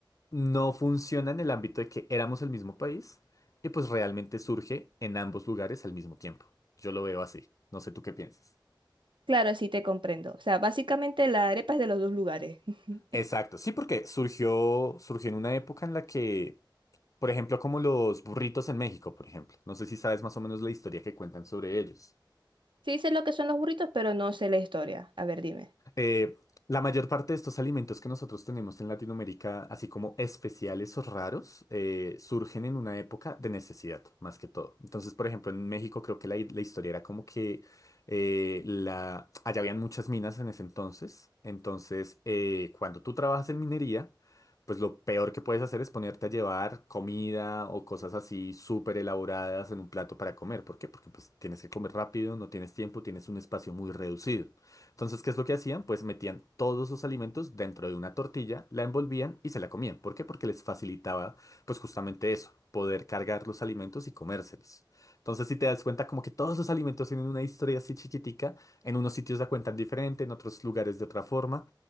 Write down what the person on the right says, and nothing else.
Claro, sí te comprendo. O sea, básicamente la arepa es de los dos lugares. <laughs>
Sí sé lo que son los burritos, pero no sé la historia. A ver, dime.